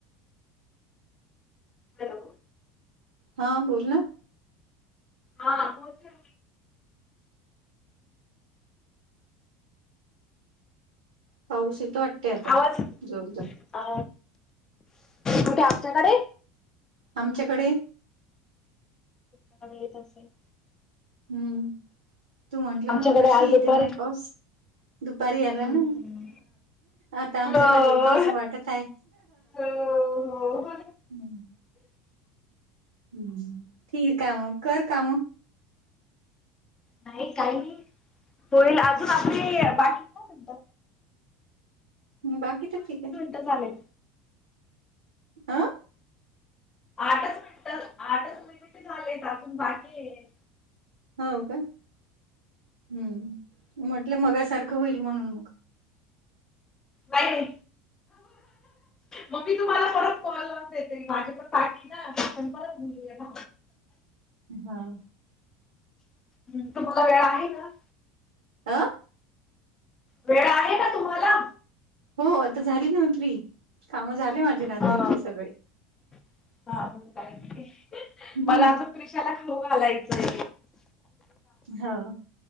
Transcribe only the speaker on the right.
हा बोल ना
पाऊस येत वाटते आता
जोरदार
आमच्याकडे
हम्म तू म्हंटलं
ना मग अशी
येते
म्हणे पाऊस दुपारी आला
ना आता आमच्याकडे
येतो असं वाटत आहे
हम् हम्म ठीक आहे म कर काम
बाकीच ठीक आहे
आं
हो का हम्म म्हटलं मगासारखं होईल म्हणून मग
हम
आं
हो आता झाली ना मी फ्री काम झाले माझे रात्रीचे
सगळे
हम्म
होा